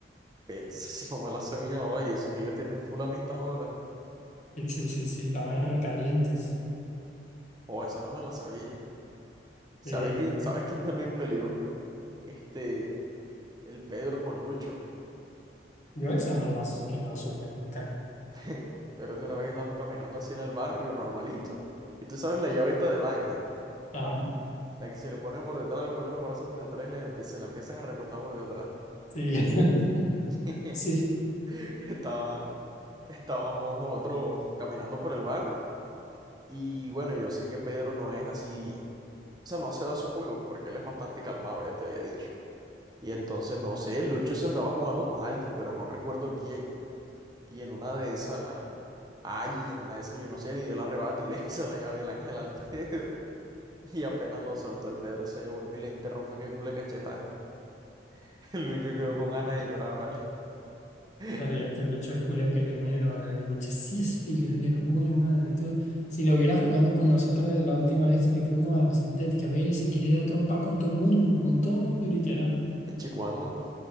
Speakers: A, on the right; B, on the left.
A: Este, si no me la sabía, oye, eso que ella tiene un full amistad ahora.
B: Sí, sí, sí, sí, estaban recalientes.
A: Oh, esa no me la sabía. ¿Sabes
B: Sí,
A: quién, sabes quién también peleó? Este, el Pedro con Lucho.
B: yo esa no la, no la supe nunca.
A: <laughs> Pero de una vez estamos caminando así en el barrio, normalito. Y tú sabes la llave esta del ángel.
B: Ah,
A: La que se le pone por detrás, le pone los brazos por detrás y le empieza, se la empiezan a recostar por detrás.
B: sí, <laughs>
A: <laughs>
B: sí.
A: Estaba, estábamos nosotros caminando por el barrio. Y bueno, yo sé que Pedro no es así, o sea, no se da sus juegos porque él es bastante calmado, ya te había dicho. Y entonces, no sé, Lucho se andaba jugando con alguien, pero no recuerdo quién. Y en una de esas, ay, en una de esas, yo no sé, le dio el arrebato y le <laughs> hizo la llave del ángel al Pedro. Y apenas lo soltó el Pedro, se devolvió y le enterró, fue que culo de cachetada. <laughs> El Lucho quedó con ganas de llorar, ¿vale? <laughs>
B: Madre, el Lucho es culo de peleonero, madre, el Lucho sí es peleonero, buena madre, tú, si lo vieras jugando con nosotros la última vez que fuimos a Sintética, ve, se quería dar trompa con todo mundo, con todo mundo literal.
A: Eche, ¿cuándo?